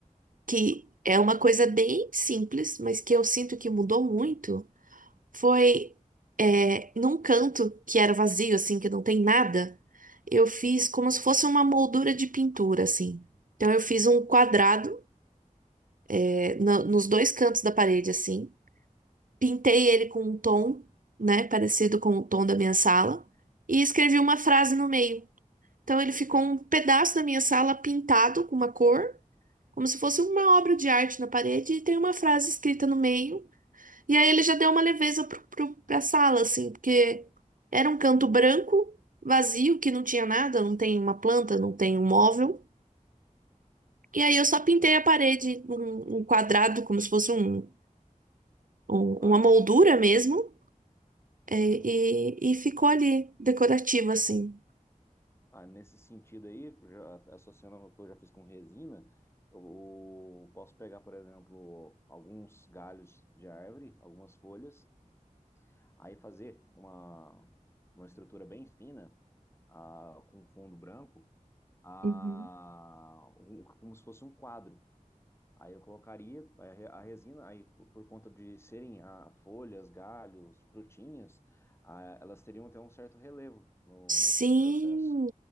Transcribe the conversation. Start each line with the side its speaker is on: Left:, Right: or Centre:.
Right: que é uma coisa bem simples, mas que eu sinto que mudou muito. Foi é, num canto que era vazio, assim, que não tem nada. Eu fiz como se fosse uma moldura de pintura, assim. Então eu fiz um quadrado é, na- nos dois cantos da parede, assim. Pintei ele com um tom, né, parecido com o tom da minha sala. E escrevi uma frase no meio. Então ele ficou um pedaço da minha sala pintado com uma cor, como se fosse uma obra de arte na parede, e tem uma frase escrita no meio E aí ele já deu uma leveza pro, pro, pra sala, assim, porque era um canto branco, vazio, que não tinha nada, não tem uma planta, não tem um móvel. E aí eu só pintei
Left: Ah,
Right: a parede um, um quadrado, como se fosse um, um-
Left: ah,
Right: uma
Left: nesse,
Right: moldura
Left: qua-
Right: mesmo,
Left: eh,
Right: é,
Left: uhum.
Right: e, e ficou ali, decorativo, assim.
Left: Ah, nesse sentido aí, já, associando ao que eu já fiz com resina, eu posso pegar, por exemplo, alguns galhos de árvore, algumas folhas, aí fazer uma, uma estrutura bem fina, ah, com fundo branco, ah,
Right: Uhum.
Left: um- como se fosse um quadro. Aí eu colocaria a re- a resina, aí por por conta de serem ah, folhas, galhos, frutinhas, ah, elas teriam até um certo relevo no,
Right: Sim!
Left: no, no processo.